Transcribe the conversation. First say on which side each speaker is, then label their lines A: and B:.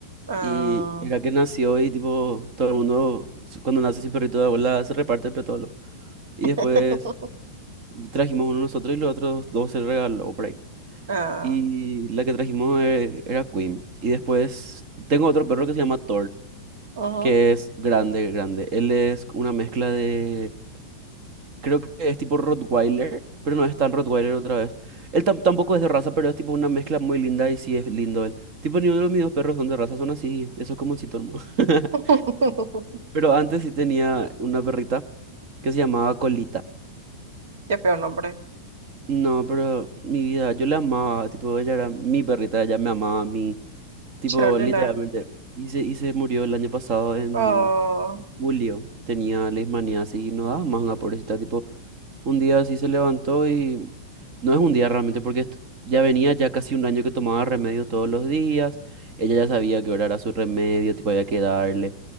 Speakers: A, on the right; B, on the right.
A: Ah.
B: Y era que nació y tipo, todo el mundo, cuando nace sin perrito de abuela, se reparte entre todos. los- Y
A: <laughs>
B: después Trajimos uno nosotros y los otros dos se lo regaló por ahí.
A: Ah.
B: Y la que trajimos e- era Queen. Y después tengo otro perro que se llama Thor,
A: ujú.
B: que es grande, grande. Él es una mezcla de... Creo que es tipo Rottweiler, pero no es tan Rottweiler otra vez. Él tam- tampoco es de raza, pero es tipo una mezcla muy linda y sí es lindo él. Tipo, ni uno de mis dos perros son de raza, son así, eso es como un hermano. <laughs>
A: <laughs>
B: Pero antes sí tenía una perrita que se llamaba Colita.
A: Qué feo nombre.
B: No, pero mi vida, yo la amaba, tipo, ella era mi perrita, ella me amaba a mí, tipo,
A: Cholina.
B: literalmente. Y se, y se murió el año pasado en
A: Oh.
B: julio, tenía leishmanía así, y no daba más una pobrecita, tipo, un día así se levantó y no es un día realmente, porque est- ya venía ya casi un año que tomaba remedio todos los días, ella ya sabía que hora era su remedio, tipo, había que darle.